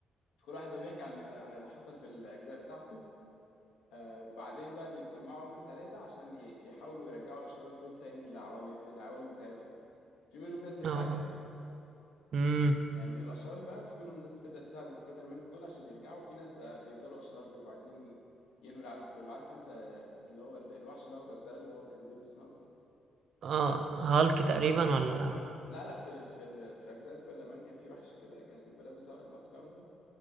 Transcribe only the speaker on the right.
اه امم
اه هالك تقريبا ولا